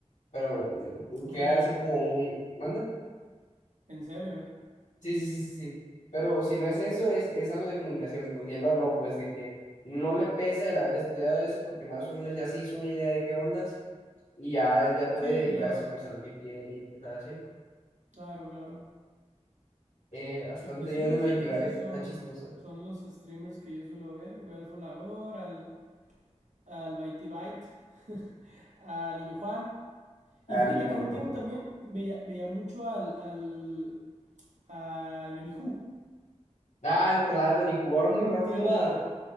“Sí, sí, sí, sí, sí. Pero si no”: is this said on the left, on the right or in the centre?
Left